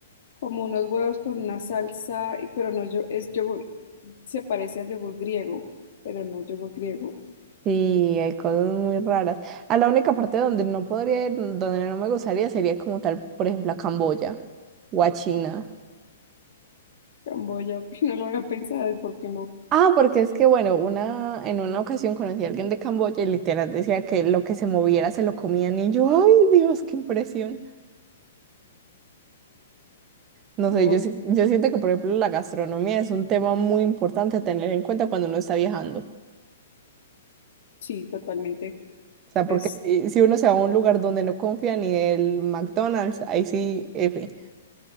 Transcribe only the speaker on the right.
Sí, hay cosas muy raras. A la única parte donde no podría ir, donde no me gustaría, sería como tal, por ejemplo, a Camboya o a China.
Ah, porque es que, bueno, una, en una ocasión conocí a alguien de Camboya y literal decía que lo que se moviera se lo comían y yo, ay Dios, qué impresión. No
sé, yo, sí- yo siento que, por ejemplo, la gastronomía es un tema muy importante a tener en cuenta cuando uno está viajando.
O sea,
porque si si uno se va a un lugar donde no confía ni del McDonald's, ahí sí, F.